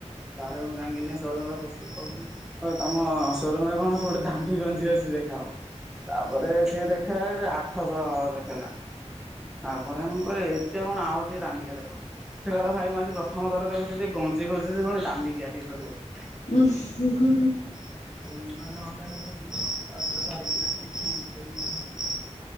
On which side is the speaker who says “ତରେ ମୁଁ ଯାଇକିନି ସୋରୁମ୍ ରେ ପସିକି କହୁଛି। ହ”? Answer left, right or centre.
Centre